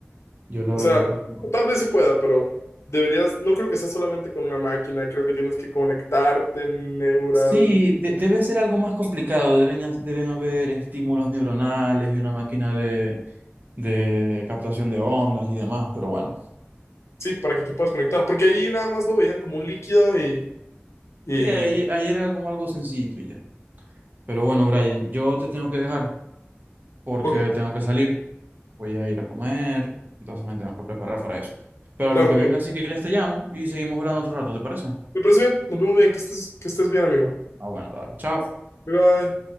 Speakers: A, on the right; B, on the left.
A: Yo la
B: O
A: verdad
B: sea,
A: creo que no.
B: tal vez se pueda, pero deberías, no creo que sea solamente con una máquina, creo que tienes que conectarte neural.
A: Sí, de- debe ser algo más complicado. Deben, ha- deben haber estímulos neuronales y una máquina de, de captación de ondas y demás, pero bueno.
B: Sí, para que te puedas conectar, porque ahí nada más lo veían como un líquido y, y
A: Sí, ahí, ahí era como algo sencillito y ya. Pero bueno, Brian, yo te tengo que dejar porque
B: ok,
A: tengo que salir. Voy a ir a comer, entonces me tengo que preparar para eso. Pero
B: claro,
A: lo que
B: amigo.
A: venga, si quieres, te llamo y seguimos hablando otro rato, ¿te parece?
B: Me parece bien, nos vemos bien, que estés, que estés bien, amigo.
A: Ah, bueno, dale. Chao.
B: Bye bye.